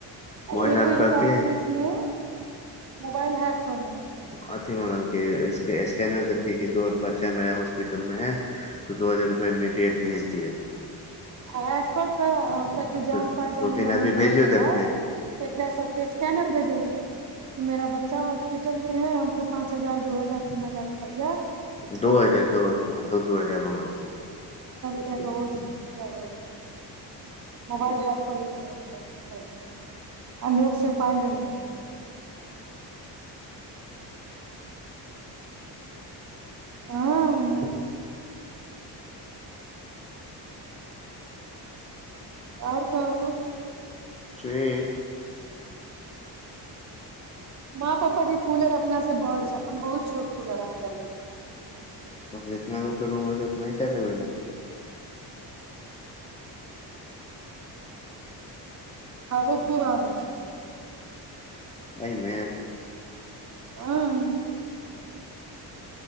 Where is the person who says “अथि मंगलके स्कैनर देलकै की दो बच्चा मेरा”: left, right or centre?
Left